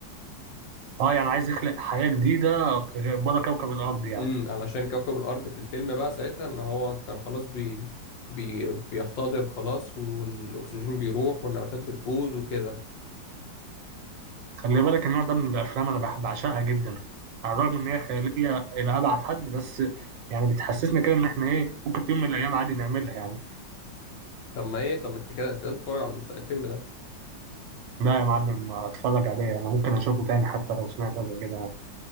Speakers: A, on the right; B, on the left.
A: اه يعني عايز يخلق حياة جديدة غ- بره كوكب الأرض يعني
B: امم علشان كوكب الارض في الفيلم بقى ساعتها ان هو كان خلاص بي بي بيحتضر خلاص والاكسجين بيروح والنباتات بتبوظ وكده
A: خلي بالك النوع ده من الأفلام أنا بحب أعشقها جدا على الرغم إن هي خيالية إلى أبعد حد بس يعني بتحسسنا كده إن إحنا إيه ممكن في يوم من الأيام عادي نعملها يعني
B: طب ما ايه طب ما انت كده انت لازم تتفرج على المسا- الفيلم ده
A: لا يا معلم أتفرج عليه أنا ممكن أشوفه تاني حتى لو سمعت قبل كده